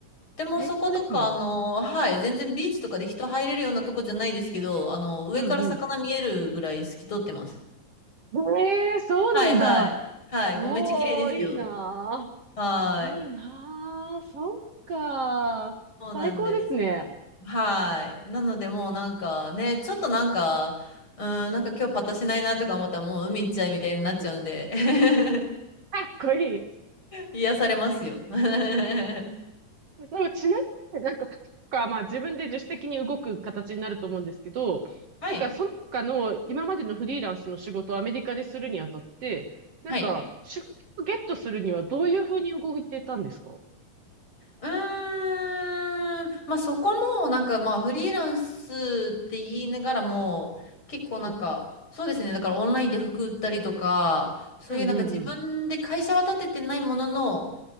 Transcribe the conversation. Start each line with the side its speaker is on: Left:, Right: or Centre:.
Left: でも、
Right: 最高ですね。
Left: そことか、あのはい、全然ビーチとかで人入れるようなとこじゃないですけど、あの、上から魚見えるぐらい透き通ってます。
Right: うんうん。ええーそうなんだ。
Left: はい、はい。はい、
Right: おー、
Left: もうめっちゃ綺麗ですよ。
Right: いいな
Left: はい。
Right: ー。いいなー。そっかー。
Left: そうなんです。
Right: 最高ですね。
Left: はい。なのでもうなんかね、ちょっとなんか、うん、なんか今日パッとしないなとか思ったらもう海行っちゃいみたいになっちゃうんで
Right: うんうん。
Left: <laughs>
Right: かっこいい。
Left: 癒されますよ。<laughs> は
Right: でもちなみになんか、か、まあ自分で自主的に動く形になると思うんですけど、
Left: い。
Right: なんかその他の今までのフリーランスの仕事をアメリカでするにあたって、なんか仕事をゲットするにはどういうふうに動いてたんですか
Left: はい。うーん。まあそこもなんかまあフリーランスって言いながらも結構なんかそうですね。
Right: うん。
Left: だからオンラインで服売ったりとか、そういうなんか自分で会社は立ててないものの、
Right: うんうんうん。